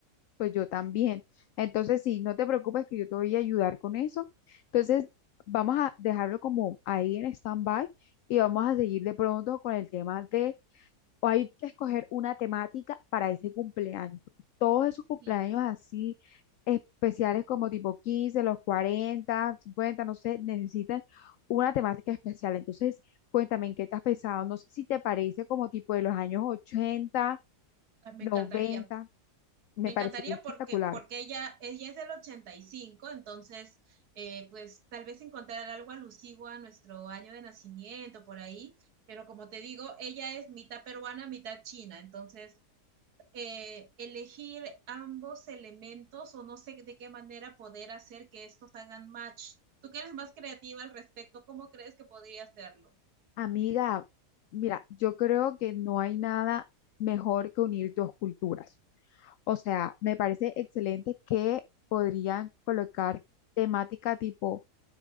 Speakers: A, on the left; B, on the right.
A: pues yo también. Entonces, sí, no te preocupes que yo te voy a ayudar con eso. Entonces, vamos a dejarlo como ahí en stand-by y vamos a seguir de pronto con el tema de, o hay que escoger una temática para ese cumpleaños. porque Todos esos
B: Sí,
A: cumpleaños así especiales como tipo quince los cuarenta cincuenta no sé, necesitan una temática especial. Entonces, cuéntame en qué te has pensado. No sé si te parece como tipo de los años ochenta
B: ah, me
A: noventa
B: encantaría.
A: me
B: Me encantaría
A: parecería espectacular.
B: porque, porque ella, ella es del 85, entonces, eh, pues tal vez encontrar algo alusivo a nuestro año de nacimiento por ahí, pero como te digo, ella es mitad peruana, mitad china, entonces eh, elegir ambos elementos o no sé de qué manera poder hacer que estos hagan match. Tú que eres más creativa al respecto, ¿cómo crees que podría hacerlo?
A: Amiga, mira, yo creo que no hay nada mejor que unir dos culturas. O sea, me parece excelente que podrían colocar temática tipo